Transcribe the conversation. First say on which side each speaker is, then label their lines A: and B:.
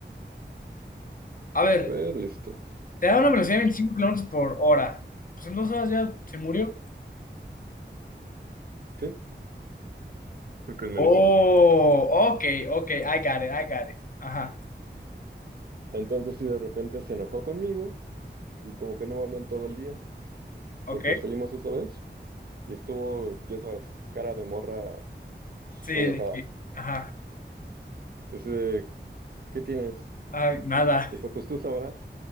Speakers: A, on the left; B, on the right.
A: A ver,
B: a ver, listo.
A: te da una velocidad de 25 kilómetros por hora. Pues en dos horas ya se murió.
B: Sí, creo que en menos.
A: Oh, ok, ok, I got it, I got it. Ajá,
B: Entonces, sí, de repente se enojó conmigo y como que no me habló en todo el día,
A: ok,
B: porque salimos esa vez y estuvo, ya sabes, cara de morra pues,
A: sí,
B: enojada.
A: de que- ajá,
B: Dice, ¿qué tienes?
A: ay, nada.
B: Dijo, pues tú sabrás.